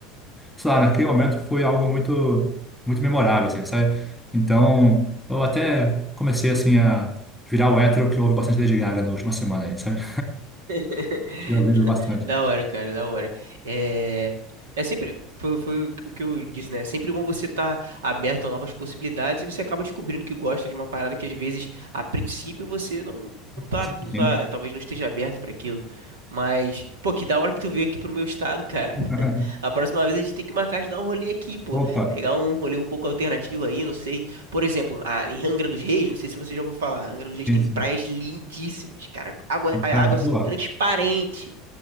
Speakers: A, in the centre; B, on the right.
A: sei lá, naquele momento foi algo muito, muito memorável, assim, sabe? Então, eu até comecei, assim, a virar o hétero que ouve bastante Lady Gaga na última semana aí, sabe?
B: <laughs>
A: <laughs> Tinha ouvido bastante.
B: Da hora, cara, da hora. É, é sempre. Foi, foi o que eu disse, né? É sempre bom você estar aberto a novas possibilidades e você acaba descobrindo que gosta de uma parada que às vezes, a princípio, você não, não tá,
A: Sim,
B: não
A: sim.
B: tá, talvez não esteja aberto para aquilo. Mas, pô, que da hora que tu veio aqui pro meu estado, cara.
A: <laughs>
B: <laughs> A próxima vez a gente tem que marcar de dar um rolê aqui, pô.
A: Opa,
B: Pegar um rolê um pouco alternativo aí, não sei. Por exemplo, a- em Angra dos Reis, não sei se você já ouviu falar, Angra dos Reis
A: sim,
B: tem
A: sim.
B: praias lindíssimas, cara. Água, a
A: Tá,
B: água assim
A: boa.
B: transparente.